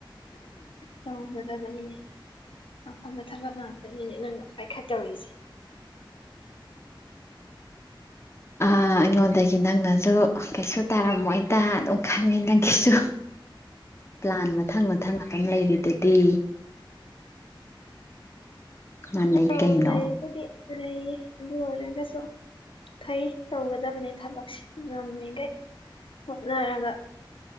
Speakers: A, on the left; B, on the left.
A: ꯇꯧꯒꯗꯕꯅꯤꯅꯦ ꯑꯐꯕ ꯊꯕꯛ ꯉꯥꯛꯇꯅꯤꯅꯦ ꯅꯪꯅ ꯄꯥꯏꯈꯠꯇꯧꯔꯤꯁꯦ
B: ꯑ ꯑꯩꯉꯣꯟꯗꯒꯤ ꯅꯪꯅꯁꯨ ꯀꯩꯁꯨ ꯇꯥꯔꯝꯃꯣꯏꯗ ꯑꯗꯨꯝ ꯈꯪꯉꯦ ꯅꯪꯒꯤꯁꯨ ꯄ꯭ꯂꯥꯟ ꯃꯊꯪ ꯃꯊꯪ ꯑꯗꯨꯝ ꯂꯩꯔꯤꯗꯨꯗꯤ ꯃꯥꯟꯅꯩ
A: ꯑꯧ
B: ꯀꯩꯅꯣ
A: ꯂꯩꯕꯨꯗꯤ ꯂꯩꯌꯦ ꯑꯗꯨ ꯑꯣꯏꯔꯒꯁꯨ ꯐꯩ ꯇꯧꯒꯗꯕꯅꯦ ꯊꯕꯛꯁꯦ ꯉꯝꯃꯤꯈꯩ ꯍꯣꯠꯅꯔꯒ